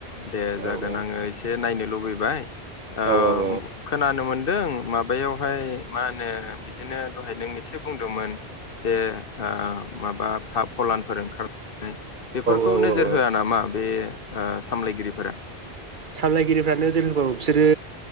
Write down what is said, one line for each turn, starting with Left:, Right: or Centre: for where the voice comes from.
Left: दे
Right: औ
Left: जागोन आङो
Right: औ
Left: एसे नायनो लुबैबाय ओ
Right: औ औ
Left: खोनानो मोन दों माबायावहाय मा होनो बिदिनो दहाय नों एसे बुंदोंमोन जे ओ माबा हा फलानफोर ओंखार <unintelligible> बेफोरखौ
Right: औ
Left: नोजोर
Right: औ औ
Left: होया नामा बे ओ सामलायगिरिफोरा?
Right: सामलायगिरिफ्रा नोजोर होबाबो बिसोरो